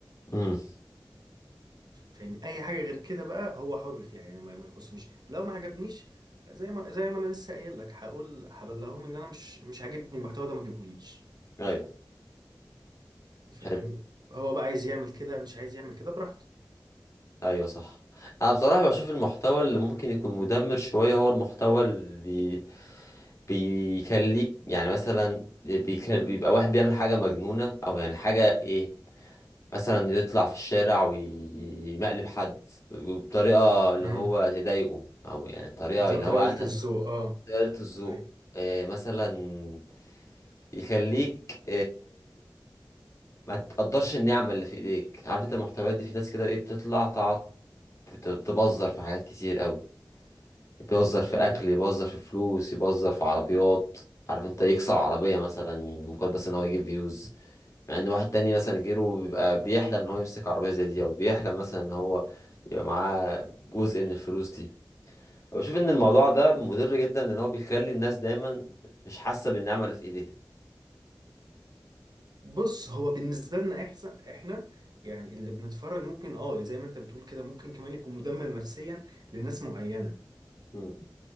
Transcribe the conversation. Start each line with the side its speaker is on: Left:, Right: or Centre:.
Left: امم
Right: فاهمني اي حاجه غير كده بقى هو حر فيها يعني ما ما يخصنيش لو ما عجبنيش زي ما زي ما انا لسه قايل لك هقول هبلغهم ان انا مش مش عاجبني المحتوى ده ما تجيبهوليش
Left: ايوه
Right: فاهمني
Left: حلو
Right: هو بقى عايز يعمل كده مش عايز يعمل كده براحته
Left: ايوه صح انا بصراحه بشوف المحتوى اللي ممكن يكون مدمر شويه هو المحتوى اللي بي... بيخليك يعني مثلا بيك... بيبقى واحد بيعمل حاجه مجنونه او يعني حاجه ايه مثلا يطلع في الشارع ويمقلب حد وبطريقه اللي
Right: امم
Left: هو تضايقه او يعني طريقه
Right: ده
Left: اللي
Right: طريقه
Left: هو انا
Right: الذوق اه
Left: قلت الذوق
Right: ايوه
Left: آه مثلا يخليك ما تقدرش النعمة اللي في ايديك عارف انت المحتويات دي في ناس كده ايه بتطلع تقعد ت- تبذر في حاجات كتير قوي يبذر في
Right: ايوه
Left: اكل
Right: ايوه
Left: يبذر في فلوس يبذر في عربيات عارف انت يكسر عربية مثلا مجرد بس ان هو يجيب فيوز مع ان واحد تاني مثلا غيره بيبقى بيحلم ان هو يمسك عربية زي دي او بيحلم مثلا ان هو يبقى معاه جزء من الفلوس دي بشوف ان الموضوع ده مضر جدا ان هو بيخلي الناس دايما مش حاسة بالنعمة اللي في ايديها
Right: بص هو بالنسبه لنا احسن احنا يعني اللي بنتفرج ممكن اه زي ما انت بتقول كده ممكن كمان يكون مدمر نفسيا لناس معينه
Left: مم.